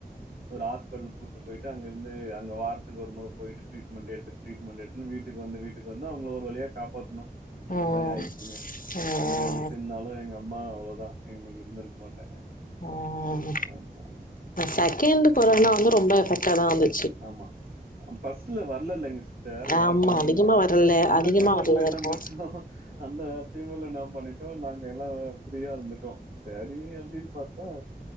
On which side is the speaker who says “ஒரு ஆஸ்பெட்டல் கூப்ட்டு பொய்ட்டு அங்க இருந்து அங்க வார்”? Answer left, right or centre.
Right